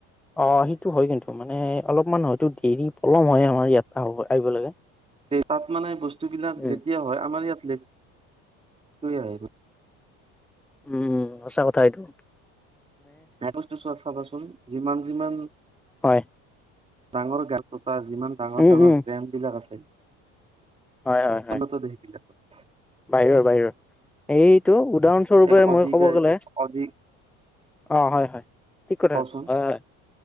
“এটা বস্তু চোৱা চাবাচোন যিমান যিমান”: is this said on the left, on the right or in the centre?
Right